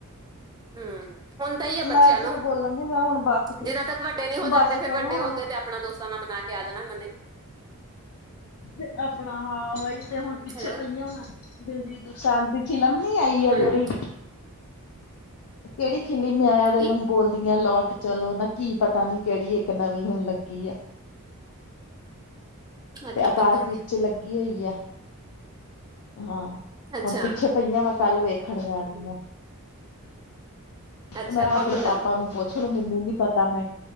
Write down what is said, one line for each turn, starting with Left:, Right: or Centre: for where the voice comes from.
Right: ਹਮ ਹੁਣਦਾ ਹੀ ਆ ਬੱਚਿਆਂ
Left: ਮੈਂ ਸਗੋਂ
Right: ਨੂੰ
Left: ਬੋਲਣ ਦੀ ਮੈਂ ਹੁਣ ਬਸ
Right: ਜਿਨਾਂ ਤੱਕ ਵੱਡੇ ਨਹੀਂ ਹੋ
Left: ਬਸ
Right: ਜਾਂਦੇ ਫੇਰ
Left: ਕਰੋ
Right: ਵੱਡੇ ਹੋ
Left: ਹੁਣ
Right: ਗਏ ਤੇ। ਆਪਣਾ ਦੋਸਤਾਂ ਨਾਲ ਮਨਾ ਕੇ ਆ ਜਾਣਾ ਇਹਨਾਂ ਨੇ
Left: ਤੇ ਆਪਣਾ ਹਾਂ ਬਾਈ ਤੇ ਹੁਣ ਪਿੱਛੇ
Right: ਹੈਲੋ
Left: ਪਈਆਂ ਵੈਂ ਦਿਲਜੀਤ ਬਸਾਂਤੀ ਫਿਲਮ ਨੀ ਆਈ ਆ
Right: ਹੂੰ
Left: ਜਿਹੜੀ ਕਿਹੜੀ ਖਿਲੀ ਮੈਂ ਆਇਆ ਰਲੋਂ
Right: ਕੀ
Left: ਬੋਲਦੀਆਂ ਲੌਟ ਚਲੋ ਨਾ ਕੀ ਪਤਾ ਨੀ ਕਿਹੜੀ ਇੱਕ ਨਵੀਂ ਹੁਣ ਲੱਗੀ ਆ।
Right: ਅੱਛਾ
Left: ਤੇ ਅਕਾਸ਼ਦੀਪ
Right: ਪਤਾ ਨਹੀਂ
Left: ਚ ਲੱਗੀ ਹੋਈ ਹੈ। ਹਾਂ
Right: ਅੱਛਾ
Left: ਹੁਣ ਪਿੱਛੇ ਪਈਆਂ ਵੈਂ ਕੱਲ ਵੇਖਣ ਜਾਣੀ
Right: ਹੂੰ,
Left: ਆ।
Right: ਅੱਛਾ
Left: ਮੈਂ
Right: ਕੌਣ
Left: ਆਪਣੇ
Right: ਕੌਣ ਜਾਊਗਾ
Left: ਪਾਪਾ ਨੂੰ ਪੁੱਛ ਲ ਮੈਨੂੰ ਨੀ ਪਤਾ ਮੈਂ